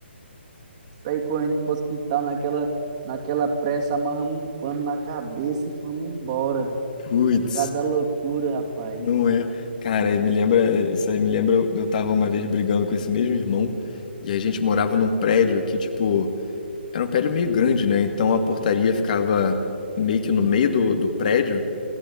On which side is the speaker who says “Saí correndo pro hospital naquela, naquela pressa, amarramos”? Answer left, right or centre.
Right